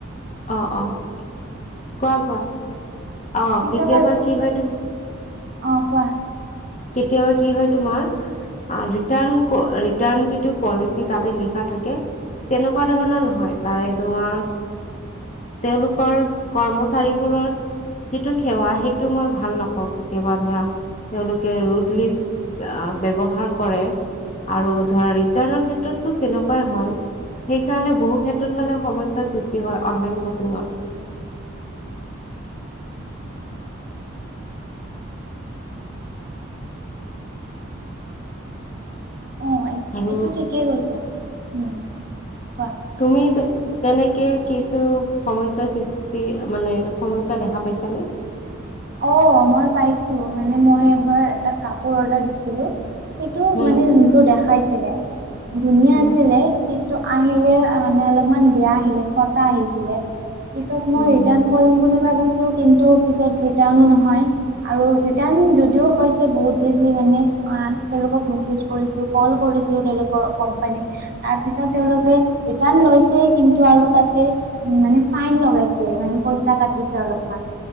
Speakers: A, on the left (about 35°); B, on the right (about 45°).
A: অ', অ', কোৱা, কোৱা অ'
B: পিছত
A: কেতিয়াবা
B: আৰু
A: কি হয় তুমি
B: অ কোৱা
A: কেতিয়াবা কি হয় তোমাৰ ৰিটাৰ্ণ ৰিটাৰ্ণ যিটো পলিচি তাতে লিখা থাকে তেনেকুৱা ধৰণৰ নহয় তাৰে তোমাৰ তেওঁলোকৰ কৰ্মচাৰীবোৰৰ যিটো সেৱা সেইটো মই ভাল নাপাওঁ কেতিয়াবা ধৰা তেওঁলোকে ৰুদলি আহ ব্যৱহাৰ কৰে আৰু ধৰা ৰিটাৰ্ণ ক্ষেত্ৰতটো তেনেকুৱাই হয়। সেইকাৰণে বহু ক্ষেত্ৰত মানে সমস্যাৰ সৃষ্টি হয় অনলাইন শ্বপিঙত
B: <inaudible> অ
A: আৰু
B: এইটো ঠিকেই কৈছা উম কোৱা
A: তুমি তেনেকে কিছু সমস্যা সৃষ্টি মানে সমস্যা দেখা পাই <unintelligible>
B: অ', মই পাইছো মানে মই এবাৰ এটা কাপোৰ অৰ্ডাৰ দিছিলো সেইটো
A: উম,
B: মানে যোনটো দেখাইছিলে ধুনীয়া
A: উম,
B: আছিলে ত আহিলে মানে অলপমান বেয়া আহিলে ফটা আহিছিলে পিছত মই
A: উম,
B: ৰিটাৰ্ণ
A: উম।
B: কৰিম বুলি ভাবিছো, ৰিটাৰ্ণ নহয়। আৰু যদিও হৈছে বহুত বেছি মানেলোক মেজ লৰ ক তাৰপিছত তেওঁলোকে লৈছে কিন্তু আৰু তাতে উ, মানে ফাইন লগাইছে মানে পইচা কাটিছে অলপমান